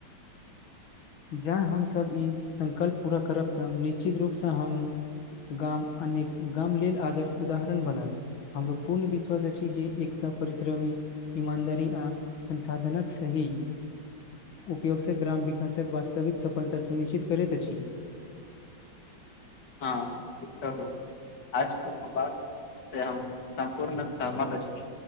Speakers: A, on the left; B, on the left.
A: जँ हमसभ ई सङ्कल्प पूरा करब तऽ निश्चित रूपसँ हम गाम अनेक गाम लेलल आदर्श उदाहरण बनत। हमर पूर्ण विश्वास अछि जे एकता परिश्रमी ईमानदारी आ संसाधनकक सही उपयोगसँ ग्राम विकास विकासक वास्तविक सफलता सुनिश्चित करैत अछि।
B: हँ <unintelligible> आज कऽ से बात हम सम्पूर्ण सहमत अछि।